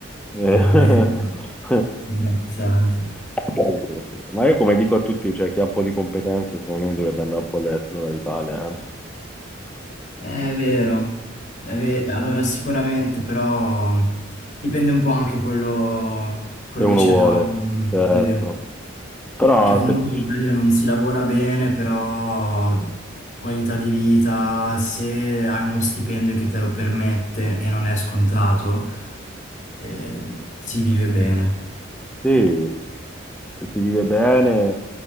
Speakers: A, in the centre; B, on the left.
A: eh. Eh,
B: veramente
A: <laughs>
B: <laughs> imbarazzante.
A: sì, sì, sì. Ma io come dico a tutti, cioè chi ha un po' di competenze, secondo me dovrebbe andare un po' all'estero dall'Italia, eh.
B: Eh, È vero, è ve- allora sicuramente però dipende un po' anche quello, quello
A: Se uno
B: che cerca.
A: vuole,
B: mm,
A: certo.
B: sì.
A: Però
B: Che comunque
A: se,
B: in Italia non si lavora bene, però qualità di vita, se hai uno stipendio che te lo permette e non è scontato, eh, si vive bene.
A: sì, si vive bene,